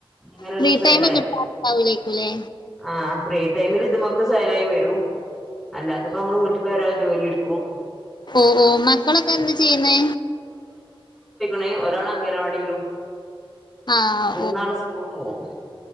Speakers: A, in the centre; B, on the left.
A: ഇങ്ങനെള്ള
B: ഫ്രീ
A: ഒരു സൊയലായ്ല്ല
B: ടൈം കിട്ടാണ്ടാവൂലേക്കുല്ലേ
A: ആഹ് ഫ്രീ ടൈമില് ഇത് മ്മക്ക് സൊയിലായി വരും അല്ലാത്തപ്പോ നമ്മള് വീട്ടിലാരോ- ജോലി ട്ക്കും
B: ഉം ഉം മക്കളൊക്കെ എന്ത് ചെയ്യുന്ന്
A: ണെ ഒരാള് അങ്കനവാടിയിലും
B: ആഹ്
A: മൂന്നാള് സ്കൂളും പോകും